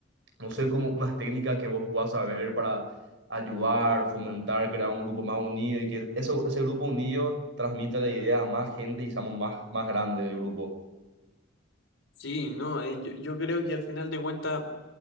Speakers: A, on the right (about 70°); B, on the left (about 85°).
A: no sé, como unas técnicas que vos puedas saber para ayudar, fomentar, crear un grupo más unido y que eso, ese grupo unido transmita la idea a más gente y seamos más, más grande el grupo.
B: Sí, no, eh, yo, yo creo que al final de cuentas,